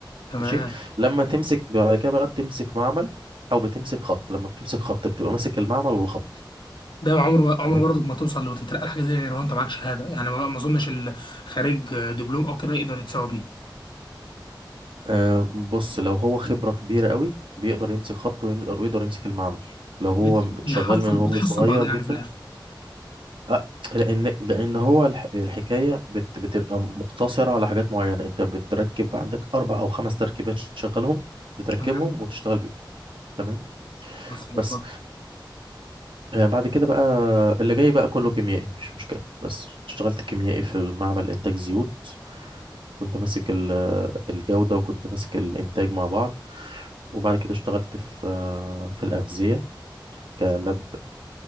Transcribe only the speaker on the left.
تمام
ده عمره عمره
برضك ما توصل لو تترقى لحاجه زي غير لو انت معاك شهاده يعني ما ما اظنش اللي خارج دبلوم او كده يقدر يتساوى بيه
بت- بيحصل
بتحصل
بعضها يعني
في الاخر
تمام
وصلت
وصلت